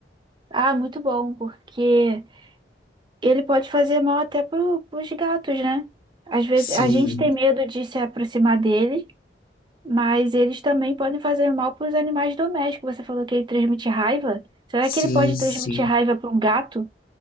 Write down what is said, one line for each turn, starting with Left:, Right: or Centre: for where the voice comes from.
Right: Ah, muito bom, porque ele pode fazer mal até pro, pros gatos, né? Às vezes
Left: Sim,
Right: a gente tem medo de se aproximar dele, mas eles também podem fazer mal para os animais domésticos. Você falou que ele transmite raiva. Será
Left: sim,
Right: que ele pode
Left: sim.
Right: transmitir raiva para um gato?